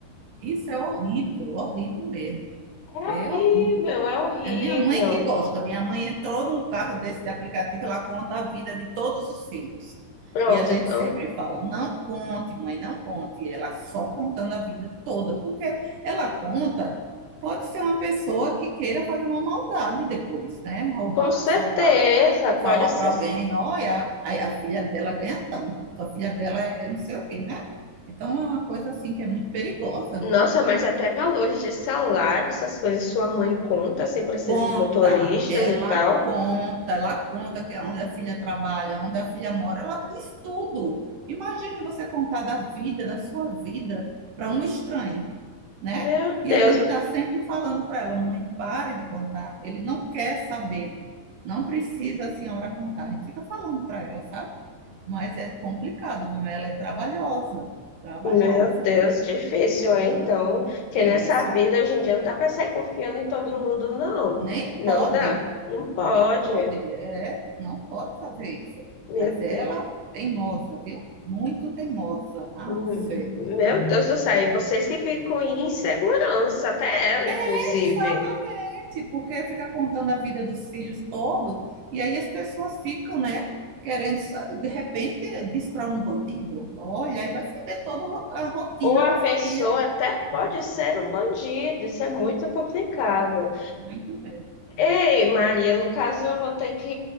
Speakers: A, on the right (about 65°); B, on the left (about 85°).
A: Isso é horrível, horrível mesmo.
B: é
A: É
B: horrível,
A: horrível.
B: é horrível.
A: É minha mãe que gosta. Minha mãe entrou num carro desse de aplicativo, ela conta a vida de todos os filhos.
B: Pronto,
A: E a gente
B: então,
A: sempre fala, não conte, mãe, não conte. E ela só contando a vida toda, porque ela conta, pode ser uma pessoa que queira fazer uma maldade depois, né? Roubar,
B: com certeza,
A: assaltar,
B: pode
A: falar
B: ser.
A: para alguém, olha, a, a filha dela ganha tanto, a filha dela é não sei o quê, né? Então é uma coisa assim que é muito perigosa.
B: Nossa, mas até valores de salário, essas coisas sua mãe conta assim para esses
A: Conta,
B: motoristas
A: ela
B: e tal.
A: conta, ela conta que onde a filha trabalha, onde a filha mora, ela diz tudo. Imagine você contar da vida, da sua vida, para um estranho, né?
B: Meu
A: E
B: Deus,
A: a gente está sempre falando para ela, mãe, pare de contar. Ele não quer saber, não precisa a senhora contar. A gente fica falando para ela, sabe? Mas é complicado, viu? Ela é trabalhosa, trabalhosa,
B: meu Deus,
A: viu?
B: difícil, hein? Então, que
A: Difícil.
B: nessa vida hoje em dia não dá para sair confiando em todo mundo, não.
A: Nem
B: Não
A: pode
B: dá. Não pode.
A: Nem pode, é, não pode fazer isso.
B: Meu
A: Mas ela,
B: Deus.
A: teimosa, viu? Muito teimosa. Ah,
B: Hum,
A: fé.
B: Meu Deus do céu. E vocês que ficam em insegurança, até ela, inclusive.
A: É Exatamente, porque fica contando a vida dos filhos todo, e aí as pessoas ficam, né, querendo, de repente, diz para um bandido, olha, aí vai foder toda a rotina
B: Ou a
A: da família.
B: pessoa até pode ser um bandido. Isso é muito complicado.
A: Muito mesmo.
B: Ei, Maria, no caso eu vou ter que